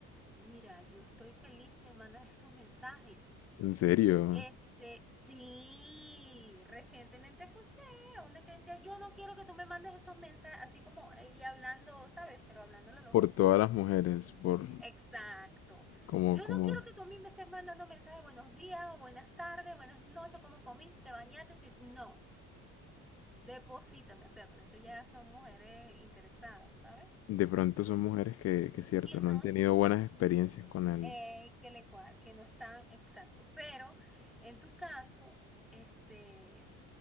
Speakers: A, in the centre; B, on the left.
A: Mira, yo estoy feliz si me mandan <laughs> esos mensajes.
B: en serio,
A: Este, sí, recientemente escuché a una que decía, yo no quiero que tú me mandes esos mensajes, así como ella hablando, ¿sabes? Pero hablándole a los
B: por
A: hombres,
B: todas
A: pues.
B: las mujeres, por
A: Exacto.
B: como,
A: Yo
B: como,
A: no quiero que tú a mí me estés mandando mensajes buenos días, o buenas tardes, buenas noches, cómo comí, si te bañaste, si... No, deposítame, o sea, pero eso ya son mujeres interesadas, ¿sabes?
B: de pronto son mujeres que, que es cierto,
A: Que no,
B: no han tenido buenas experiencias con él.
A: eh, que le cual, que no están exacto. Pero en tu caso, este,